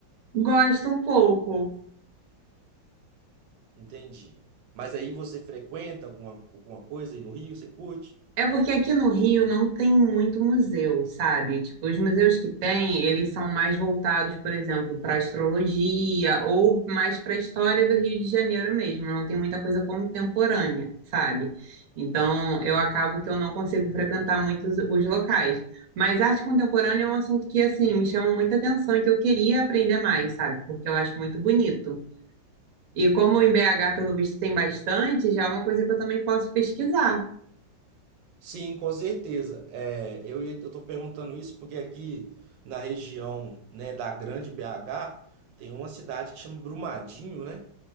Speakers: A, on the right (about 55°); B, on the right (about 80°).
A: Gosto um pouco,
B: Entendi. Mas aí você frequenta alguma, alguma coisa aí no Rio, você curte?
A: É porque aqui no Rio não tem muito museu, sabe? Tipo, os museus que tem, eles são mais voltados, por exemplo, para astrologia ou mais para a história do Rio de Janeiro mesmo. Não tem muita coisa contemporânea, sabe? Então, eu acabo que eu não consigo frequentar muitos os os locais. Mas arte contemporânea é um assunto que, assim, me chama muita atenção e que eu queria aprender mais, sabe? Porque eu acho muito bonito. E como em BH, pelo visto, tem bastante, já é uma coisa que eu também posso pesquisar.
B: Sim, com certeza. É, eu ia- eu tô perguntando isso porque aqui na região, né, da Grande BH, tem uma cidade que chama Brumadinho, né?